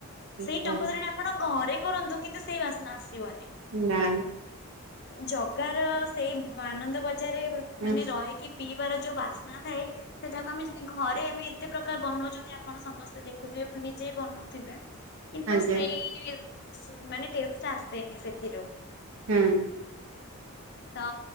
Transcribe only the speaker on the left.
ସେଇ
ଟଙ୍କତୋରାଣି ଆପ ଆପଣ ଘରେ କରନ୍ତୁ କିନ୍ତୁ ସେଇ ବାସ୍ନା ଆସିବନି।
ଜଗାର ସେଇ ଆନନ୍ଦ ବଜାରରେ
ମାନେ ରହିକି ପିଇବାର ଯୋଉ ବାସ୍ନା ଥାଏ ସେଟାକୁ ଆମେ ଯ ଘରେ ଆମେ ଏତେ ପ୍ରକାର ବନଉଛନ୍ତି ଆପଣ ସମସ୍ତେ ଦେଖୁଥିବେ ନିଜେ ବି ବନଉଥିବେ। କିନ୍ତୁ
ସେଇ ମାନେ ଟେଷ୍ଟ୍ ଟା ଆସେନି ସେଥିରୁ।
ତ